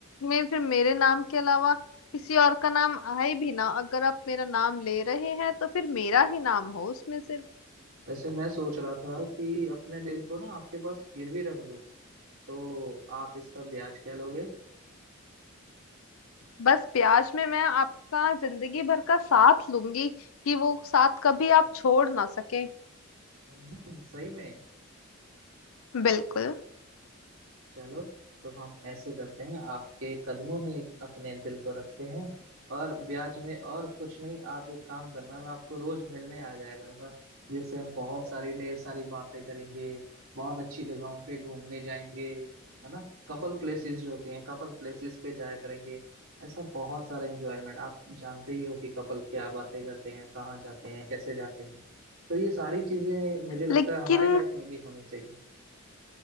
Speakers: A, on the left (about 75°); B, on the right (about 75°).
A: में फिर मेरे नाम के अलावा किसी और का नाम आए भी ना अगर आप मेरा नाम ले रहे हैं तो फिर मेरा ही नाम हो उसमें सिर्फ
B: वैसे मैं सोच रहा था कि अपने दिल को ना आपके पास गिरवी रख दूं तो आप इसका ब्याज क्या लोगे
A: बस प्यास में मैं आपका जिंदगी भर का साथ लूंगी कि वो साथ कभी आप छोड़ ना सके
B: हम्म सही में
A: बिल्कुल
B: चलो तो हम ऐसे करते हैं आपके कदमों में एक अपने दिल को रखते हैं और ब्याज में और कुछ नहीं आप एक काम करना मैं आपको रोज मिलने आ जाया करूंगा जिससे हम बहुत सारी ढेर सारी बातें करेंगे बहुत अच्छी जगहों पे घूमने जाएंगे है ना कपल प्लेसेस जो होती हैं कपल प्लेसेस पे जाया करेंगे ऐसा बहुत सारा एंजॉयमेंट आप जानते ही हो कि कपल क्या बातें करते हैं कहाँ जाते हैं कैसे जाते हैं तो ये सारी चीजें मुझे लगता
A: लेकिन
B: है हमारी लाइफ में भी होनी चाहिए